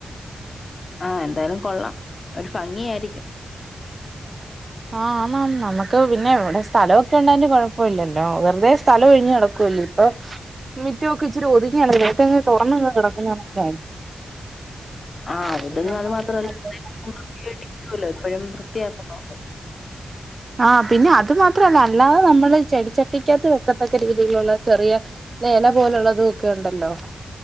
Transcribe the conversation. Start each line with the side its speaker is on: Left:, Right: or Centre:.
Left: ആ എന്തായാലും കൊള്ളാം ഒരു ഫങ്ങിയായിരിക്കും
Right: ആണോ നമ്മുക്ക് പിന്നെ ഇവിടെ സ്ഥലൊക്കെ ണ്ടന് കൊഴപ്പ ല്ലല്ലോ വെറുതെ സ്ഥലം ഒഴിഞ്ഞ് കിടക്കുവല്ലേ ഇപ്പൊ മിക് മുറ്റൊക്കെ ഇച്ചിരി ഒതുങ്ങിയല കിടക് ഇതങ് തുറന്ന് അങ് കിടക്കുന്ന കാണുബെ <unintelligible>
Left: ആഹ് ഒതുങ്ങ അത് മാത്രമല്ല എപ്പോഴും വൃത്തിയായിട്ടിരിക്കുമല്ലോ എപ്പോഴും വൃത്തിയാക്കുന്നു
Right: ആ പിന്നെ അത് മാത്രല്ല അല്ലാതെ നമ്മള് ചെടിച്ചട്ടിക്കകത്ത് വെക്കത്തക്ക രീതിയിലുള്ള ചെറിയ നെ എല പോലുള്ളത് ഒക്കെ ഉണ്ടല്ലോ